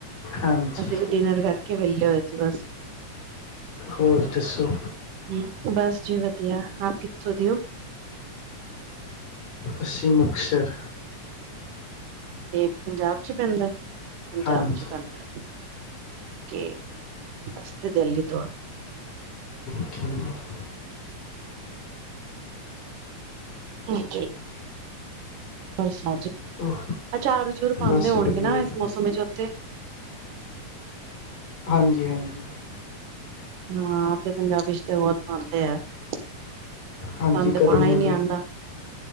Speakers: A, on the left; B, on the right.
A: ਹਾਂਜੀ
B: ਅਸੀਂ ਵੀ ਡਿਨਰ ਕਰਕੇ ਵੇਹਲੇ ਹੋਏ ਸੀ ਬਸ
A: ਹੋਰ ਦੱਸੋ
B: ਹੂ, ਬਸ ਜੀ ਵਧੀਆ, ਆਪ ਕਿੱਥੋਂ ਦਿਓ
A: ਅਸੀ ਮੁਕਤਸਰ
B: ਏ ਪੰਜਾਬ ਚ ਪੈਂਦਾ, ਪੰਜਾਬ
A: ਹਾਂਜੀ
B: ਚ ਪੈਂਦਾ ਕੀ, ਅਸੀ ਤੇ ਦਿੱਲੀ ਤੋਂ ਆ
A: ਹ <inaudible>
B: ਹਾਂਜੀ ਬਰਸਾਤ ਚ,
A: ਓਹ
B: ਅਚਾਰ ਅਚੂਰ ਪਾਉਦੇ
A: ਬਸ ਵਧੀਆ
B: ਹੋਣਗੇ ਨਾ
A: ਜੀ
B: ਇਸ ਮੌਸਮ ਵਿੱਚ ਉੱਥੇ
A: ਹਾਂਜੀ ਹਾਂਜੀ
B: ਹਾਂ ਆਪਣੇ ਪੰਜਾਬ ਇਚ ਤੇ ਬਹੁਤ ਪਾਂਦੇ ਐ, ਸਾਨ
A: ਹਾਂਜੀ
B: ਤੇ
A: ਗਰਮੀ
B: ਪਾਉਣਾ ਹੀ ਨੀ
A: ਵੀ
B: ਆਂਦਾ